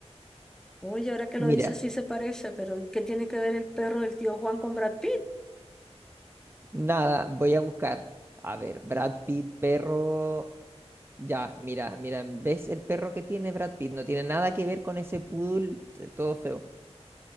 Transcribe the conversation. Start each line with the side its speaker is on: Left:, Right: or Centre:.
Centre: Oye, ahora que lo
Right: Mira,
Centre: dices sí se parece, pero ¿y qué tiene que ver el perro del tío Juan con Brad Pitt?
Right: nada, voy a buscar. A ver, Brad Pitt, perro. Ya, mira, mira, ¿ves el perro que tiene Brad Pitt? No tiene nada que ver con ese poodle t- todo feo.